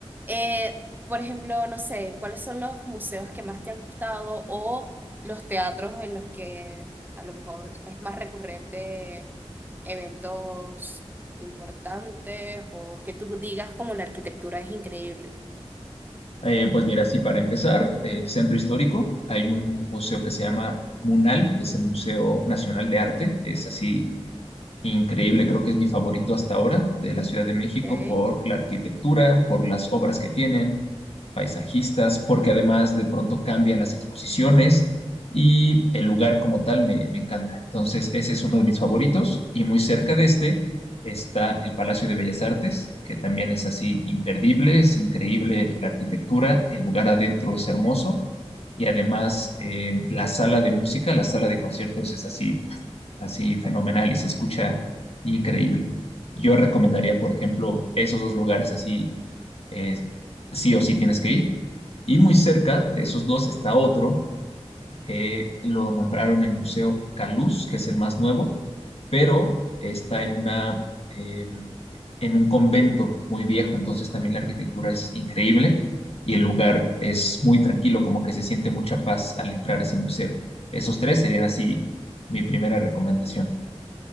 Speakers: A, on the right; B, on the left.
A: eh, por ejemplo, no sé, ¿cuáles son los museos que más te han gustado o los teatros en los que a lo mejor es más recurrente eventos importantes o que tú digas como la arquitectura es increíble?
B: Eh, pues mira, sí, para empezar, el centro histórico, hay un museo que se llama MUNAL, que es el Museo Nacional de Arte, es así Increíble, creo que es mi favorito hasta ahora de la Ciudad de México
A: ¿ok?
B: por la arquitectura, por las obras que tienen, paisajistas, porque además de pronto cambian las exposiciones y el lugar como tal me, me encanta. Entonces, ese es uno de mis favoritos y muy cerca de este está el Palacio de Bellas Artes, que también es así imperdible, es increíble la arquitectura, el lugar adentro es hermoso y además eh, la sala de música, la sala de conciertos es así así fenomenal y se escucha increíble. Yo recomendaría, por ejemplo, esos dos lugares así, eh, sí o sí tienes que ir. Y muy cerca de esos dos está otro que lo nombraron el Museo Caluz, que es el más nuevo, pero está en una, eh, en un convento muy viejo, entonces también la arquitectura es increíble y el lugar es muy tranquilo, como que se siente mucha paz al entrar a ese museo. Esos tres serían así mi primera recomendación.